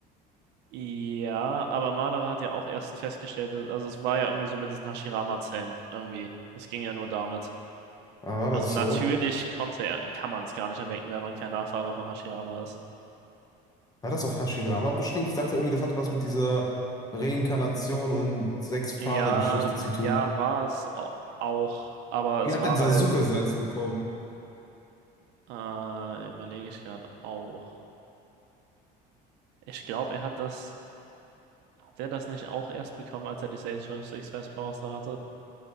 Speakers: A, on the right; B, on the left.
A: Ja, aber Madara hat ja auch erst festgestellt, dass- also es war ja irgendwie so mit diesen Hashirama-Zellen irgendwie. Das ging ja nur damit.
B: Aber war
A: Also
B: das
A: natürlich
B: so?
A: konnte er, kann man es gar nicht erwecken, weil man kein Nachfahre von Hashirama ist.
B: War das auf Hashirama beschränkt? Ich dachte irgendwie, das hatte was mit dieser Reinkarnation und Sechs-Pfade-Geschichte
A: Ja,
B: zu tun.
A: ja, war es au- auch, aber
B: Wie
A: es
B: hat
A: war
B: denn Sasuke
A: halt,
B: seins bekommen?
A: äh, überlege ich gerade auch. Ich glaube, er hat das, hat er das nicht auch erst bekommen, als er die Sage Six Fast Powers da hatte?